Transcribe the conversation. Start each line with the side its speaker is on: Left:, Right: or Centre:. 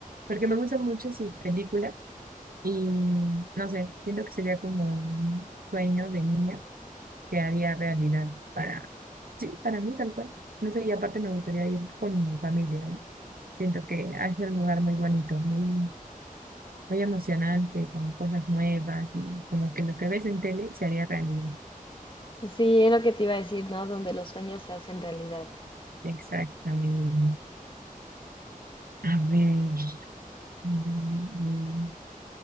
Right: porque me gustan mucho sus películas y no sé, siento que sería como un sueño de niña que haría realidad para, sí, para mí tal cual. No sé, y aparte me gustaría ir con mi familia, ¿no? Siento que es un lugar muy bonito, muy, muy emocionante, con cosas nuevas y como que lo que ves en tele se haría realidad.
Left: Sí, es lo que te iba a decir, ¿no? Donde los sueños se hacen realidad.
Right: Exactamente. A ver. Mm,